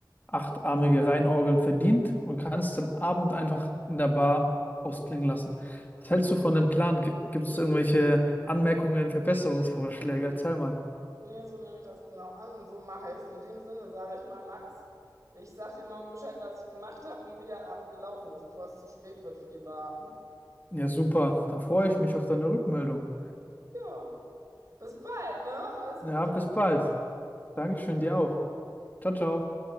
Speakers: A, on the left (about 25°); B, on the right (about 40°).
A: achtarmige Reinorgeln verdient und kannst den Abend einfach in der Bar ausklingen lassen. Was hältst du von dem Plan? Gibt es irgendwelche Anmerkungen, Verbesserungsvorschläge? Erzähl mal.
B: Nee, so nehme ich das genau an und so mache ich es. In dem Sinne sage ich mal, Max, ich sage dir morgen Bescheid, was ich gemacht habe und wie der Abend gelaufen ist, bevor es zu spät wird für die Bar.
A: Ja, super. Dann freue ich mich auf deine Rückmeldung.
B: Ja, bis bald, ne? Alles
A: Ja,
B: Gute.
A: bis bald. Dankeschön
B: Tschüss.
A: dir auch. Ciao, ciao.